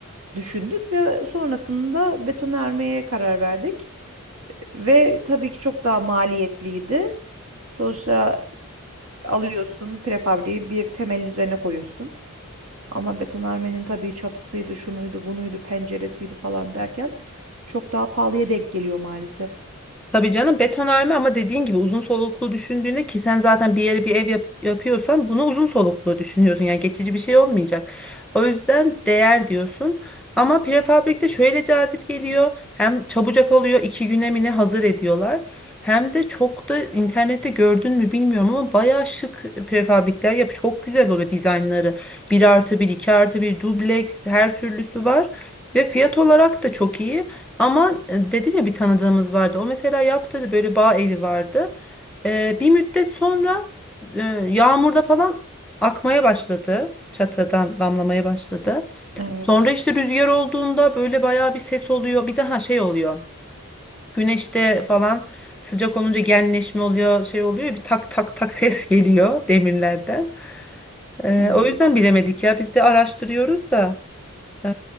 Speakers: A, on the right; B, in the centre.
A: düşündük ve sonrasında betonarmeye karar verdik. Ve tabii ki çok daha maliyetliydi. Sonuçta alıyorsun prefabriği bir temelin üzerine koyuyorsun. Ama betonarmenin tabii çatısıydı, şunuydu, bunuydu, penceresiydi falan derken çok daha pahalıya denk geliyor maalesef.
B: Tabii canım betonarme ama dediğin gibi uzun soluklu düşündüğünde ki sen zaten bir yere bir ev yap- yapıyorsan bunu uzun soluklu düşünüyorsun. Yani geçici bir şey olmayacak. O yüzden değer diyorsun. Ama prefabrikte şöyle cazip geliyor. Hem çabucak oluyor iki güne mi ne hazır ediyorlar. Hem de çok da internette gördün mü bilmiyorum ama bayağı şık prefabrikler yap. Çok güzel oluyor dizaynları. bir artı bir 2 artı bir dubleks her türlüsü var. Ve fiyat olarak da çok iyi. Ama e, dedim ya bir tanıdığımız vardı. O mesela yaptı böyle bağ evi vardı. E, bir müddet sonra e, yağmurda falan akmaya başladı. Çatıdan damlamaya başladı.
A: Evet.
B: Sonra işte rüzgar olduğunda böyle bayağı bir ses oluyor. Bir daha şey oluyor. Güneşte falan sıcak olunca genleşme oluyor, şey oluyor. Bir tak tak tak ses <laughs> geliyor demirlerden. E,
A: Hı hı.
B: o yüzden bilemedik ya. Biz de araştırıyoruz da. E,